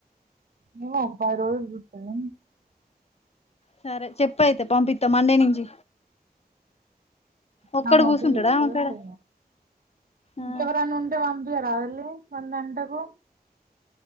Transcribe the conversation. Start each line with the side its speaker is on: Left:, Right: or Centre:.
Right: <unintelligible>
Left: సరే చెప్ప అయితే పంపిస్తా మండే నుంచి ఒక్కడు
Right: నామక
Left: కూసుంటడా
Right: ఎప్పుడు
Left: ఆమెకాడ
Right: లే ఇంకెవరైన్నా
Left: ఆ
Right: ఉంటే వా ఇయ రావలి ఒందంటకు